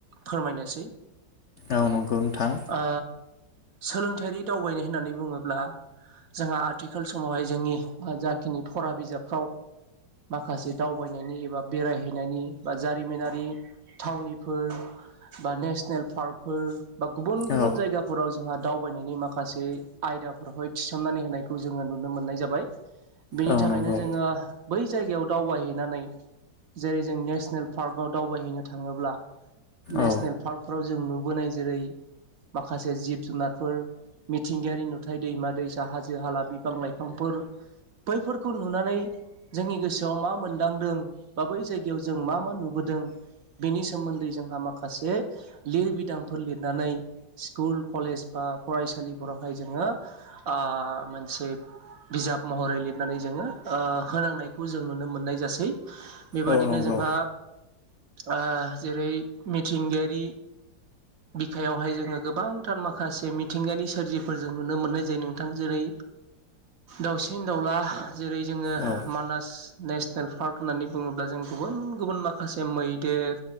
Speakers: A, on the right (about 60°); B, on the left (about 85°).
A: फोरमायनोसै
B: औ नंगौ ओनथां
A: ओ सोलोंथायारि दावबायनाय होननानै बुङोब्ला जोंहा आर्थिखाल समावहाय जोंनि जाखिनि फरा बिजाबफ्राव माखासे दावबायनायनि एबा बेरायहैनायनि बा जारिमिनारि थावनिफोर बा नेसनेल पार्कफोर बा गुबुन गुबुन
B: औ
A: जायगाफोर फोराव जोंहा दावबायनायनि माखासे आयदाफोरावहाय थिसननानै होनायखौ जोङो नुनो मोननाय जाबाय बेनि
B: औ
A: थाखायनो
B: नंगौ
A: जोङो बै जायगायाव दावबायहैनानै जेरै जों नेसनेल पार्कआव दावबायहैनो थाङोब्ला नेसनेल
B: औ
A: पार्कफ्राव जों नुबोनाय जेरै माखासे जिब जुनारफोर मिथिंगायारि नुथाय दैमा दैसा हाजो हाला बिफां लाइफांफोर बैफोरखौ नुनानै जोंनि गोसो सआव मा मोनदांदों बा बै जायगायाव जों मा मा नुबोदों बेनि सोमोन्दै जोंहा माखासे लिरबिदांफोर लिरनानै स्कुल कलेज बा फरायसालिफोरावहाय जोङो ओ मोनसे बिजाब महरै लिरनानै जोङो ओ होनांनायखौ जों नुनो मोननाय जासै बेबायदिनो
B: औ नंगौ
A: जोंहा ओ जेरै मिथिंगायारि बिखायावहाय जोङो गोबांथार माखासे मिथिंगानि सोरजिफोर जों नुनो मोननाय जायो नोंथां जेरै दाउसिन दाउला जेरै जोङो
B: औ
A: मानास नेसनेल पार्क होननानै बुङोब्ला जों गुबुन गुबुन माखासे मै देर